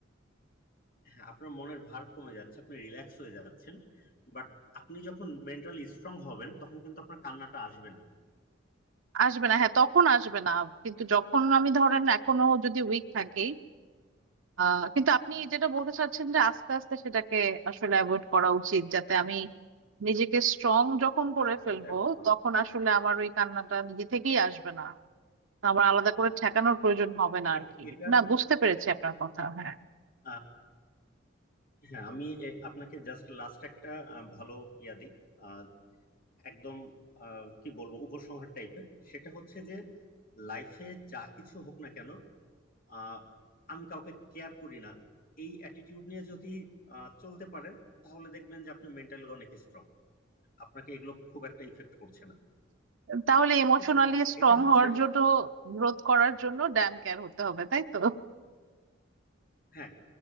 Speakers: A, on the left; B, on the right.
A: হ্যাঁ আপনার মনের ভার কমে যাচ্ছে আপনি রিল্যাক্স হয়ে যাচ্ছেন বাট আপনি যখন মেন্টালি স্ট্রং হবেন তখন কিন্তু আপনার কান্নাটা আসবে না
B: আসবে না হ্যাঁ তখন আসবে না কিন্তু যখন আমি ধরেন এখনো যদি
A: হ্যাঁ
B: উইক থাকি আহ কিন্তু আপনি যেটা বলতে চাচ্ছেন
A: হ্যাঁ,
B: যে আস্তে আস্তে সেটাকে আসলে অ্যাভয়েড করা উচিত যাতে আমি নিজেকে স্ট্রং যখন করে
A: আস্তে
B: ফেলবো
A: আস্তে করো।
B: তখন আসলে আমার ওই কান্নাটা নিজে থেকেই আসবে না আমার আলাদা করে ঠেকানোর প্রয়োজন হবে না
A: এ-
B: আর কি
A: এটার
B: না বুঝতে পেরেছি আপনার কথা হ্যাঁ
A: আহ, হ্যাঁ আমি এ- আপনাকে জাস্ট লাস্ট একটা আহ, ভালো ইয়া দিই আহ, একদম আহ, কি বলবো উপসংহার টাইপের সেটা হচ্ছে যে লাইফে যা কিছু হোক না কেন আহ, আমি কাউকে কেয়ার করি না এই অ্যাটিটিউড নিয়ে যদি আহ, চলতে পারেন তাহলে দেখবেন যে আপনি মেন্টালি অনেক স্ট্রং আপনাকে এগুলো খুব একটা ইফেক্ট করছে না
B: তাহলে ইমোশনালি
A: ঠিক আছে
B: স্ট্রং
A: এটা হচ্ছে
B: হওয়ার জন্য গ্রোথ করার জন্য ড্যাম কেয়ার হতে হবে তাই তো
A: হ্যাঁ